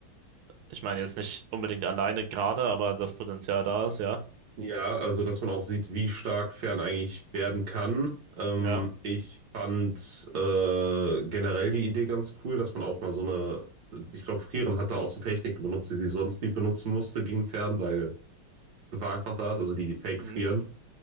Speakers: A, on the right; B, on the right.
A: ich meine jetzt nicht unbedingt alleine gerade, aber das Potenzial da ist, ja.
B: Ja, also, dass man auch sieht, wie stark Fern eigentlich werden kann. Ähm,
A: Ja.
B: ich fand äh, generell die Idee ganz cool, dass man auch mal so eine. Ich glaube, Frieren hat da auch so Techniken benutzt, die sie sonst nie benutzen musste gegen Fern, weil Gefahr einfach da ist, also die Fake-Frieren.
A: Mhm.